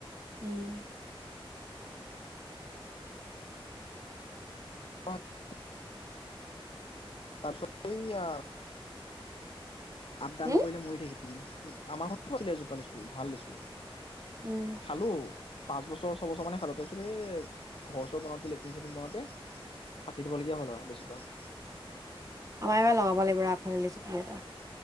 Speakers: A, on the right; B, on the left.
A: উম।
B: <inaudible> তাৰপাছত সেইয়া আপ-ডাউন
A: হুম?
B: নকৰিলে মৰি থাকিলি <unintelligible> আমাৰ ঘৰতো আছিলে এজোপা লিচু ভাল লিচু।
A: উম,
B: খালো। পাঁচ বছৰ, ছবছৰ মানে খালো, তাৰ পিছত এই, ঘৰ-চৰ বনাওতে, লেট্ৰিন-চেট্ৰিন বনাওঁতে কাটি দিবলগীয়া হ'ল আৰু লিচুডাল।
A: আমাৰ এইবাৰ লগাব লাগিব ৰ' আগফালে লিচু পুলি এটা।